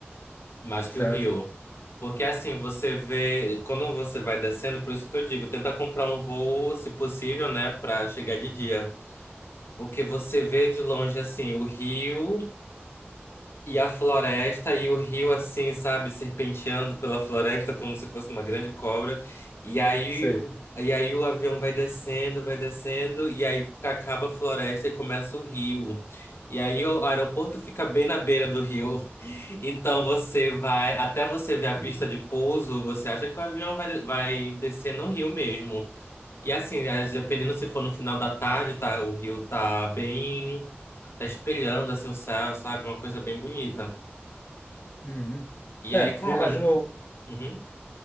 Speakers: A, on the left; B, on the left.
A: mais
B: Certo.
A: que o Rio. Porque assim, você vê, quando você vai descendo, por isso que eu digo, tenta comprar um voo, se possível, né, pra chegar de dia. Porque você vê de longe assim o rio, E a floresta e o rio assim, sabe, serpenteando pela floresta como se fosse uma grande cobra. E aí,
B: Sei.
A: o- e aí o avião vai descendo, vai descendo, e aí acaba a floresta e começa o rio. E aí o aeroporto fica bem na beira do rio. <laughs> Então você vai, até você ver a pista de pouso, você acha que o avião vai, vai descer no rio mesmo. E assim, às- dependendo se for no final da tarde, tá, o rio tá bem, tá espelhando assim o céu, sabe? Uma coisa bem bonita.
B: Uhum.
A: E
B: É,
A: aí, cara,
B: eu imagino,
A: uhum,